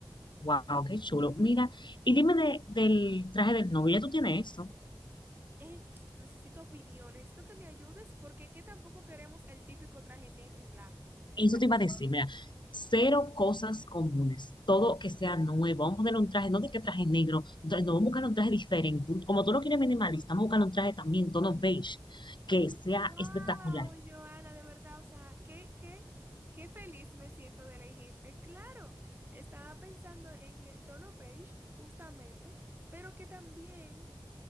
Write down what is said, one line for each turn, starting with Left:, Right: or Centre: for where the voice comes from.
Left: Wow, qué chulo. Mira, y dime de- del traje del novio, ¿ya tú tienes esto?
Right: Eh, <tsk> necesito opinión, necesito que me ayudes porque es que tampoco queremos el típico traje negro y blanco.
Left: Eso
Right: Tampoco
Left: te iba a decir, mira, cero cosas comunes, todo que sea nuevo. Vamos a poner un traje, no de que traje negro, un no, vamos a buscar un traje diferente. Como tú lo quieres minimalista, vamos a buscar un traje también, tono beige, que sea
Right: Wow,
Left: espectacular.
Right: Joana, de verdad, o sea, qué, qué, qué feliz me siento de elegirte. Claro, estaba pensando en el tono beige, justamente, pero que también